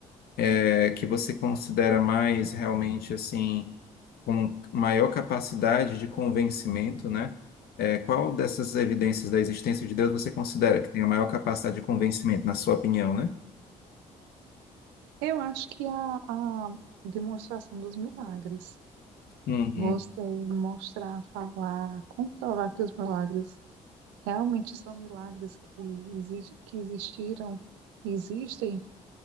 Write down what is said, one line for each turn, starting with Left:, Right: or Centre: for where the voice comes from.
Left: é, que você considera mais realmente, assim, com maior capacidade de convencimento, né? É, qual dessas evidências da existência de Deus você considera que tem a maior capacidade de convencimento, na sua opinião, né?
Right: Eu acho que a, a demonstração dos milagres,
Left: Uhum.
Right: você mostrar, falar, comprovar que os milagres realmente são milagres que, exi- que existiram, que existem,